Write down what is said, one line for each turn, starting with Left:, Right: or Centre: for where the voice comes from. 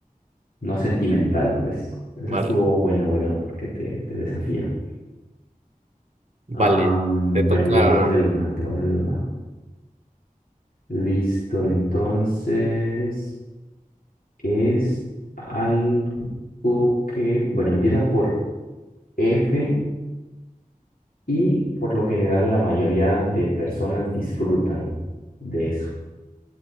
Left: no sentimental, pues. Esa
Right: Vale,
Left: estuvo buena, buena, porque te, te desafía.
Right: vale.
Left: Am,
Right: Te toca
Left: bueno, yo te voy a hacer
Right: ajá,
Left: una, te voy a hacer una. Listo, entonces es algo que, bueno, empieza por F y por lo general la mayoría de personas disfrutan de eso.